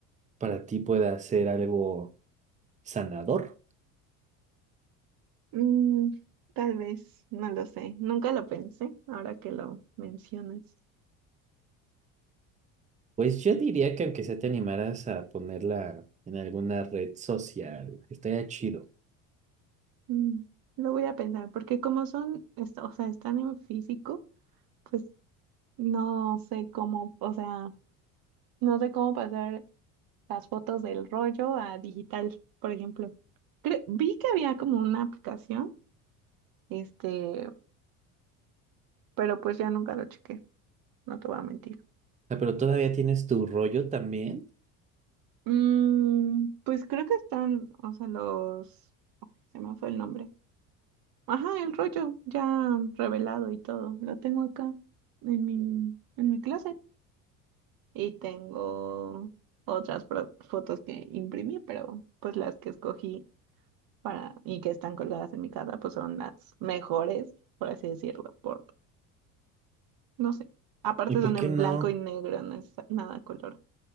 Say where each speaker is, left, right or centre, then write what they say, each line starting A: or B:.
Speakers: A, on the right (about 20°); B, on the right (about 60°).
A: para ti pueda ser algo sanador.
B: Mm, tal vez, no lo sé. Nunca lo pensé, ahora que lo mencionas.
A: Pues yo diría que aunque sea te animaras a ponerla en alguna red social, estaría chido.
B: Mm, lo voy a pensar, porque como son, es- o sea, están en físico, pues no sé cómo, o sea, no sé cómo pasar las fotos del rollo a digital, por ejemplo. Cre- vi que había como una aplicación, este, pero pues ya nunca lo chequé, no te voy a mentir.
A: Ah, pero todavía tienes tu rollo también.
B: Mm, pues creo que están, o sea, los, se me fue el nombre Ajá, el rollo ya revelado y todo. Lo tengo acá en mi, en mi closet. Y tengo otras fro- fotos que imprimí, pero pues las que escogí para y que están colgadas en mi casa, pues son las mejores, por así decirlo, por, no sé. Aparte
A: ¿Y por
B: son
A: qué
B: en
A: no?
B: blanco y negro, no es nada a color.